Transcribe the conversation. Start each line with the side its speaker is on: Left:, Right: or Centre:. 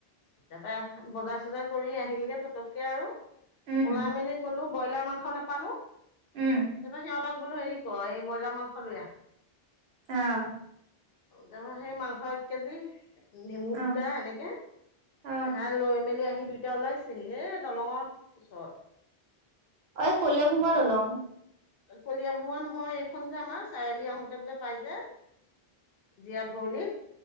Left: এয়াৰপা বজাৰ চজাৰ কৰি আহিলগে পতককে আৰু
Right: উম
Left: ওলাই মেলি গলো। ব্ৰইলাৰ মাংস নাপালোৰ। সিহঁতৰ
Right: উম
Left: তাক বোলো হেৰি ক এই ব্ৰইলাৰ মাংস লৈ আহ।
Right: আহ
Left: হেই সেই মাংস এক কেজি নেমু
Right: অ
Left: দুটা এনেকে।
Right: অ
Left: হেয়া লৈ মেলি আহি দুইটা ওলাইছেহি এ দলঙৰ ওচৰত।
Right: অই কলিয়াভোমৰা দলং।
Left: কলিয়া ভোমোৰা নহয় এইখন যে আমাৰ চাৰিআলি আহোতে যে পাই যে। জীয়া ভৰলি,